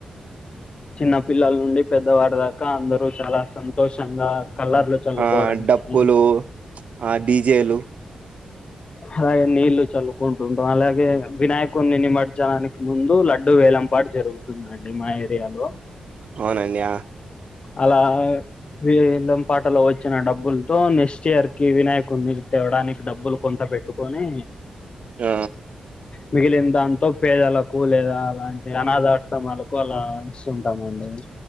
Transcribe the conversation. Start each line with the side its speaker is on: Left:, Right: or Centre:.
Left: చిన్న పిల్లల నుండి పెద్దవాడి దాకా అందరూ చాలా సంతోషంగా కలర్లు చల్లుకోవడం
Right: ఆ డప్పులు
Left: కానీ
Right: ఆ డీజేలు
Left: అలాగే నీళ్లు చల్లుకుంటుంటాం అలాగే వినాయకుడిని నిమజ్జనానికి ముందు లడ్డుూ వేలం పాటు జరుగుతుందండి మా ఏరియాలో
Right: అవునండి
Left: అలా వేలంపాఠలో వచ్చ చ్చిన డబ్బులతో నెక్స్ట్ ఇయర్ కి వినాయకునీ తేవడానికి డబ్బులు కొంత పెట్టుకొని
Right: ఆ
Left: మిగిలిన దాంతో పేదలకు లేదా అలాంటి అనాథాశ్రమాలకు అలా ఇస్తుంటామండి